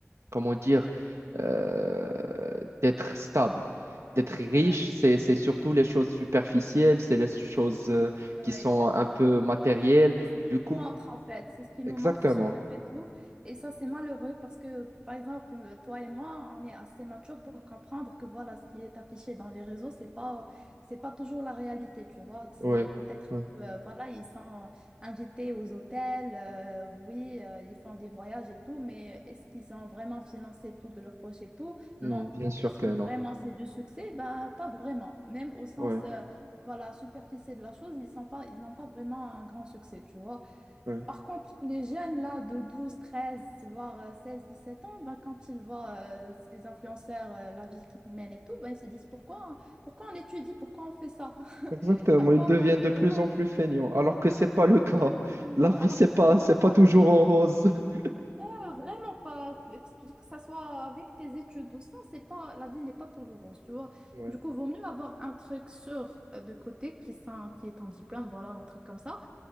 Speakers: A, on the right; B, on the right.
A: comment dire, euh, d'être stable. D'être riche,
B: Ouais,
A: c'est, c'est surtout les choses superficielles, c'est les choses euh,
B: ouais,
A: qui sont
B: exactement.
A: un peu matérielles.
B: C'est ce qu'ils
A: Du coup,
B: nous montrent en fait, c'est ce qu'ils
A: exactement.
B: nous montrent sur les réseaux. Et ça, c'est malheureux parce que, par exemple, toi et moi, on est assez matures pour comprendre que voilà, ce qui est affiché dans les réseaux, c'est pas, c'est pas toujours la réalité, tu vois. C'est
A: Oui,
B: peut-être,
A: oui.
B: euh, voilà, ils sont invités aux hôtels, euh, oui, euh, ils font des voyages et tout, mais est-ce qu'ils ont vraiment financé tout de leur poche et tout?
A: Hmm,
B: Non.
A: bien
B: Donc,
A: sûr
B: est-ce
A: que
B: que
A: non.
B: vraiment c'est du succès? Ben, pas vraiment. Même au sens.
A: Oui,
B: euh, voilà, superficie de la chose, ils sont pas, ils n'ont pas vraiment un grand succès, tu vois.
A: oui.
B: Par contre, les jeunes là de 12 13 voire euh, 17 ans, ben, quand ils voient euh, ces influenceurs, euh, la vie qu'ils mènent et tout, ben, ils se disent pourquoi, pourquoi on étudie, pourquoi on fait ça? <laughs>
A: Exactement.
B: À quoi
A: Ils deviennent
B: bon?
A: de plus
B: tu vois
A: en plus feignants, alors que c'est pas le cas.
B: Exactement.
A: La vie,
B: Alors
A: c'est
B: qu'il
A: pas,
B: faut
A: c'est
B: pas,
A: pas toujours
B: euh,
A: en rose. <laughs>
B: pas vraiment pas, que que ça soit avec tes études ou sans, c'est pas, la vie n'est pas toujours rose, tu vois.
A: Oui,
B: Du coup, vaut mieux avoir un truc sûr euh, de côté qui, sont- qui est en diplôme, voilà, un truc comme ça